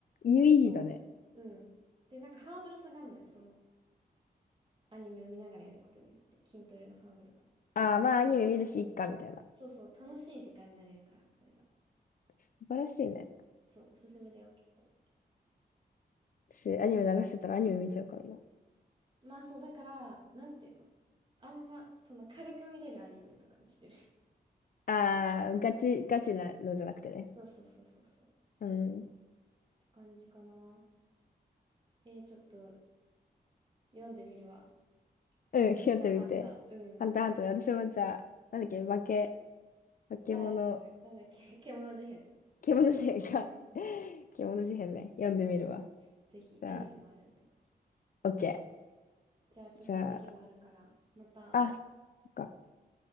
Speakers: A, on the left; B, on the right.
A: 有意義だね。
B: そう。うん。で、なんかハードル下がんのよ。そのアニメを見ながらやることによって筋トレのハードルが
A: ああ、まあアニメ見るし、いっか、みたいな。
B: そうそう楽しい時間になれるからそれが
A: 素晴らしいね。
B: そうおすすめだよ結構
A: 私、アニメ流してたらアニメ見ちゃうからな。
B: まあそうだからなんていうのあんまその軽く見れるアニメとかにしてる <laughs>
A: ああ、ガチ、ガチなのじゃなくてね。
B: そうそうそうそうそうっ
A: うん。
B: て感じかなえー、ちょっと読んでみるわ
A: うん、
B: ハンターハンターうん
A: やってみて。ハンターハンターね私もじゃあ、なんだっけ、化け、化け物、
B: あえっとなんだっけ <laughs> 獣事変
A: 獣事変か。
B: うん、
A: <laughs> 獣事変ね。読んでみるわ。
B: うん、ぜひアニメもあるんで
A: じゃあ、オッケ
B: じゃあちょっと授業あるからまた
A: ー。じゃあ、あ、そっか。